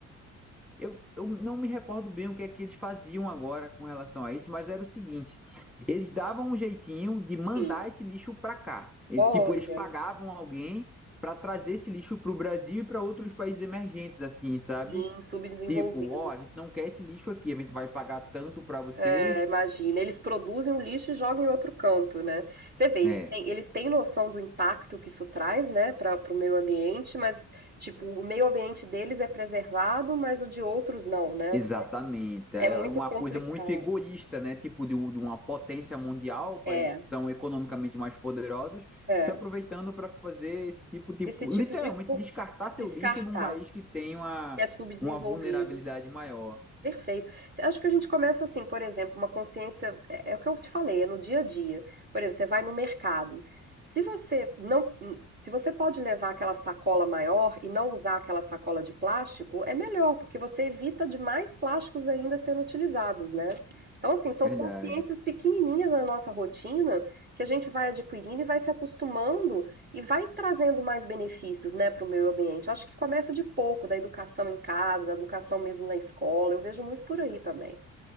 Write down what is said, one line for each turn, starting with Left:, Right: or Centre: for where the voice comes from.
Centre: eu, eu não me recordo bem o que é que eles faziam agora com relação a isso, mas era o seguinte: eles davam um jeitinho de mandar
Right: Sim.
Centre: esse lixo para cá. E,
Right: Olha,
Centre: tipo, eles pagavam alguém para trazer esse lixo para o Brasil e para outros países emergentes, assim, sabe?
Right: sim, subdesenvolvidos.
Centre: Tipo, ó, a gente não quer esse lixo aqui, a gente vai pagar tanto para vocês.
Right: É, imagina, eles produzem o lixo e jogam em outro canto, né? Você vê, eles
Centre: É,
Right: têm, eles têm noção do impacto que isso traz, né, para o meio ambiente, mas, tipo, o meio ambiente deles é preservado, mas o de outros não, né?
Centre: Exatamente. É
Right: É muito
Centre: é uma
Right: complicado.
Centre: coisa muito egoísta, né? Tipo, de, u- de uma potência mundial, países
Right: É,
Centre: que são economicamente mais poderosos,
Right: é.
Centre: se aproveitando para fazer esse tipo, tipo,
Right: Esse tipo
Centre: literalmente
Right: de co-
Centre: descartar
Right: descartar,
Centre: seu lixo num país que tem uma,
Right: que é subdesenvolvido.
Centre: uma vulnerabilidade maior.
Right: Perfeito. Você acha que a gente começa assim, por exemplo, uma consciência, é, é o que eu te falei, é no dia a dia. Por exemplo, você vai no mercado. Se você não, se você pode levar aquela sacola maior e não usar aquela sacola de plástico, é melhor, porque você evita de mais plásticos ainda sendo utilizados, né? Então, assim, são
Centre: Verdade.
Right: consciências pequenininhas na nossa rotina que a gente vai adquirindo e vai se acostumando e vai trazendo mais benefícios, né, para o meio ambiente. Eu acho que começa de pouco, da educação em casa, da educação mesmo na escola. Eu vejo muito por aí também.